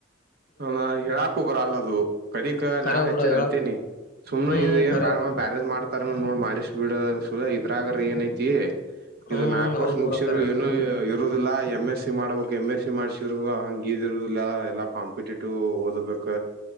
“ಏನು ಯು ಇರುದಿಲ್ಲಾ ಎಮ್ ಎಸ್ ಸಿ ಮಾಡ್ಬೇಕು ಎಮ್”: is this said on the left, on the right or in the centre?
Right